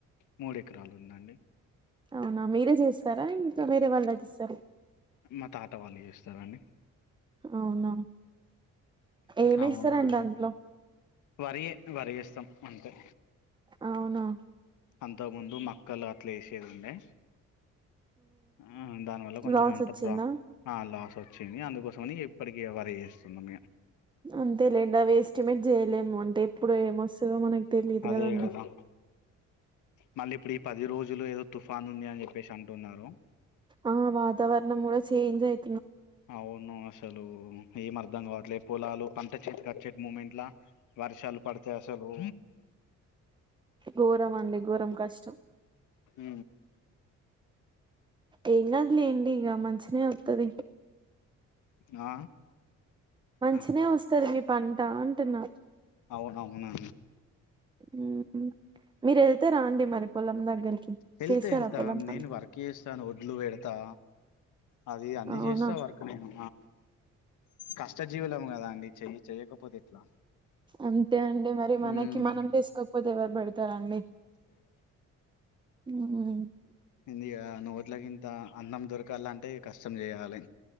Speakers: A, on the left; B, on the right.
A: మూడు ఎకరాలు ఉందండి
B: అవునా మీరే చేస్తారా ఇంకా వేరే వాళ్ళు అదిస్తారా
A: మా తాత వాళ్ళు చేస్తారడి
B: అవునా ఏమేస్తారండి
A: అవునా
B: అందులో
A: వరి వరిస్త సం అంతే
B: అవునా
A: అంతకు ముందు మక్కలు అట్లా వేసేదిండే ఆ దానివల్ల కొంచెం
B: లాస్
A: ఎంత
B: వచ్చిందా
A: ప్ర ఆ లాస్ అవుతుంది వచ్చింది అందుకోసమని ఇప్పటికీ వర చేస్తుంది
B: అంతేలేండి అవి ఎస్టిమేట్ చేయలేము అంటే ఎప్పుడు ఏమొస్తుందో మనకు తెలియదు
A: అదే
B: కదండి
A: కదా మళ్ళీ ఇప్పుడు ఈ పది రోజులు ఏదో తుఫాను ఉంది అని చెప్పేసి అంటున్నారు
B: ఆ వాతావరణం కూడా చేంజ్ అయి
A: అవును అసలు ఏ మర్దంగా వ లే పొలాలు పంట చెట్ కచ్చేట్ మూమెంట్లా వర్షాలు పడతాయి అసలు
B: ఘోరం అండి ఘోరం కష్టం
A: హ
B: ఏనాది లేండి ఇక మంచిన అవుతుంది
A: ఆ
B: మంచిన
A: ఆ,
B: వస్తారు మీ పంటంటాంటన్నా
A: అవునవునా
B: ఏ మీరు వెళ్తే రండి మరి పొలం దగ్గరికి
A: వెళ్తా
B: చేస్తారా
A: వెళ్తా
B: పొలం పని
A: నేను వర్క్ చేస్తాను వద్లు పెడతా అది అన్నీ
B: అవునా
A: చేస్తా వరకు నేను కష్ట జీవులం కదా అండి చెయ్యి చెయ్యకపోతే ఎట్లా
B: అంతే అండి మరి మనకి
A: ఉమ్,
B: మనం తీసుకోకపోతే ఎవరు పెడతారండి ఉమ్,
A: ఇందియా నట్ల త అన్నం దొరకాలలాంటి అంటే కష్టం చేయాలి